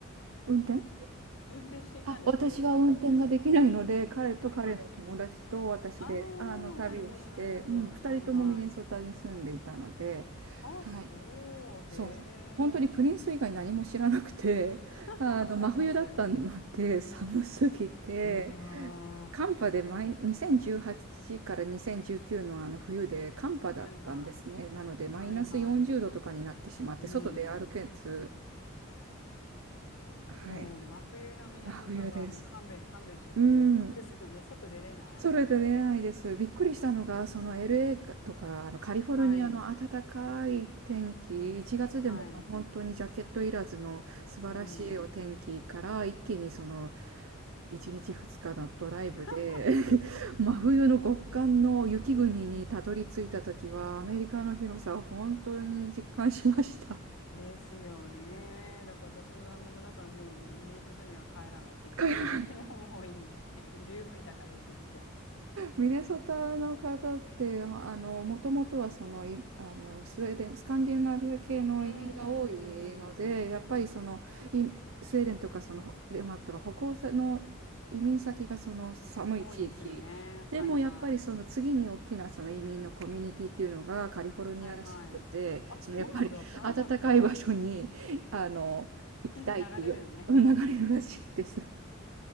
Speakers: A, on the right (about 70°); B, on the left (about 70°).
A: 運転
B: 運転していたんですかロスからミネソタ。
A: あ、私は運転ができないので、彼と彼の友達と私で、
B: はいはい。ああ、
A: あの、旅をして、
B: なるほど、なるほど。
A: うん、二人ともミネソタに住んでいたので、
B: はいはい。あ、
A: はい、
B: そう、
A: そう、
B: へ
A: 本当にプリンス以外何も知らなくて、
B: え。
A: <laughs>
B: <laughs>
A: あの、
B: わかります。
A: 真冬だったので、寒すぎて、
B: うわ
A: 寒波で毎、2018から2019のあの冬で寒波だったんですね。
B: ー。はいは
A: なので、
B: い。
A: マイナス40度とかになってしまって、
B: はいはい。うん。
A: 外で歩けず、はい、
B: もう真冬のミネソタはもう勘弁、
A: 真冬です。
B: 勘弁してくれてるんですよね。
A: うん。
B: 外出れない。
A: それで出ないです。びっくりしたのが、その LA かとか、あのカリフォルニアの暖かい天気、
B: はい。
A: 1月でも本当にジャケットいらずの素晴らしいお天気から、
B: はい。うん。
A: 一気にその1日2日のドライブで
B: <laughs>
A: <laughs> 真冬の極寒の雪国にたどり着いた時は、アメリカの広さを本当に実感しました。
B: ですよね。だから私も旦那もだからもうミネソタには帰らないって言ってますよ。
A: 帰
B: <laughs> もう、もうもういいって。<laughs> 十分いたからいいって。
A: ミネソタの方ってあのもともとはそのいあのスウェーデンスカンディナビア系の移民が多いのでやっぱりそのいスウェーデンとかそのデンマークとか北欧の移民先がその寒い地域でもやっぱりその次に大きなその移民のコミュニティっていうのがカリフォルニアらしくてそのやっぱり暖かい場所にあの行きたいってよ流れるらしいです。
B: うんうんうん。多いですよね。はいはい。はいはい。あ、そうなんだ。知らなかった。<laughs> 流れるのね。